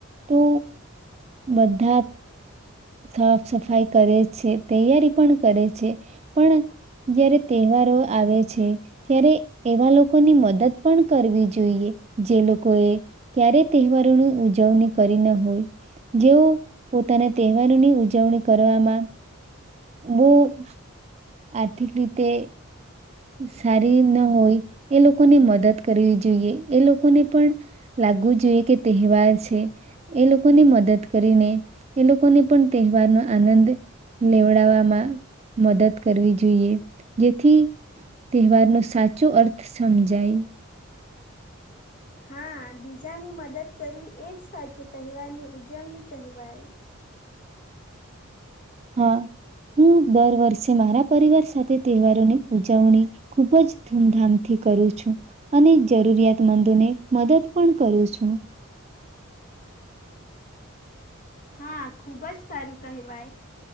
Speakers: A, on the right; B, on the left.
A: તો બધા. સાફ સફાઈ કરે છે. તૈયારી પણ કરે છે. પણ જયારે તહેવારો આવે છે. ત્યારે એવા લોકોની મદદ પણ કરવી જોઈએ જે લોકોએ ક્યારેય તહેવારોની ઉજવણી કરી ના હોય જેઓ પોતાને તહેવારોની ઉજવણી કરવામાં બહ આર્થિક રીતે સારી ન હોય એ લોકોને મદદ કરવી જોઈએ એ લોકોને પણ લાગવું જોઈએ કે તહેવાર છે. એ લોકોને મદદ કરીને એ લોકોને પણ તહેવારનો આનંદ લેવડાવવામાં મદદ કરવી જોઈએ જેથી તહેવારનો સાચો અર્થ સમજાય.
B: હા બીજાની મદદ કરવી એજ સાચું તહેવારની ઉજવણી કહેવાય.
A: હા હું દર વર્ષે મારા પરિવાર સાથે તહેવારોની ઉજવણી ખૂબ જ ધૂમધામથી કરું છું. અને જરૂરિયાતમંદોને મદદ પણ કરું છું.
B: હા ખુબ જ સારું કહેવાય